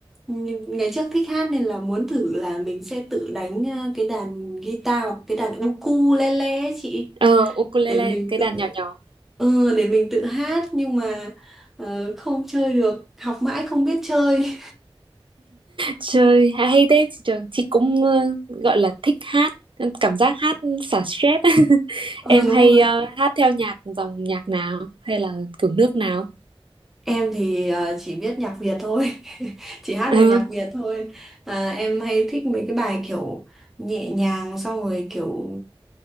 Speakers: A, in the centre; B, on the right.
A: ừ, ngày trước thích hát nên là muốn thử là mình sẽ tự đánh ờ, cái đàn guitar hoặc cái đàn ukulele ấy chị
B: ờ ukulele
A: để mình
B: cái
A: tự
B: đàn nhỏ nhỏ
A: ừ, để mình tự hát nhưng mà ờ, không chơi được học mãi không biết chơi
B: Trời, hay thế, trường chị cũng ờ, gọi là thích hát, cảm giác hát xả stress. <laughs>
A: <laughs> ừ,
B: Em
A: đúng
B: hay
A: rồi
B: ờ, hát theo nhạc dòng nhạc nào hay là kiểu nước nào?
A: Em thì ờ, chỉ biết nhạc Việt thôi, <laughs> chỉ hát
B: À,
A: được nhạc Việt thôi. À, em hay thích mấy cái bài kiểu nhẹ nhàng xong rồi kiểu